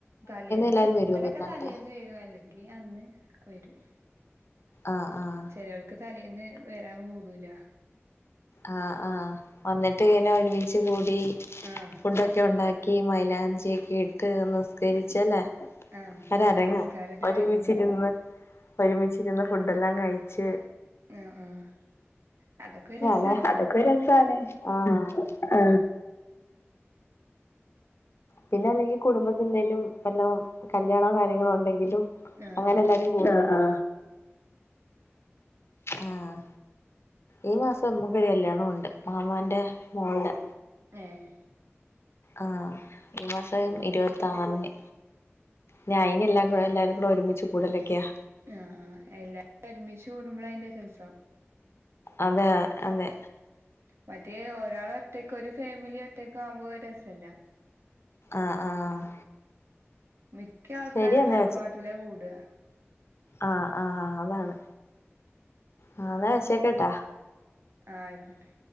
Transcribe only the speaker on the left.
എല്ലാരും
വരുവോ പെരുന്നാളിന്റെ
ആ ഹ് ആഹ്
ആ ആഹ് വന്നിട്ട് വിന്ന ഒരുമിച്ച് കൂടി
ഫുഡൊക്കെ ഒണ്ടാ ക്കി മയിലാഞ്ചിയൊക്കെ ഇട്ട് തന്ന് കരിച്ചല്ലേ
അരരങ്ങ
ഒരുമിച്ചിരുന്ന്
ഒരുമിച്ചിരുന്ന് ഫുഡെല്ലാം കയിച്ച്
ആ ഹതൊക്കൊ രസാണ് ആഹ് ആ പിന്നെ അല്ലെങ്കി കുടുംബത്ത് ന്തെലും വല്ലൊ കല്യാണോ കാര്യങ്ങളോ ഉണ്ടെങ്കിലും
അങ്ങനെ
എല്ലാരും അ ആ ആഹ് ഈ മാസമ്മക്കൊര് കല്ല്യാണോണ്ട് മാമാന്റെ മോൾടെ
ആഹ് ഈ മാസം ഇരുവത്താർന് ഞാ അയിനെല്ലാ കു എല്ലാരും കൂടൊരുമിച്ച് കൂടലൊക്കെയാ
അതെയാ അതെ
ആ ആഹ്
ശരിയെന്നാ
അ ആഹതാണ് ആ താ വച്ചേക്കട്ടാ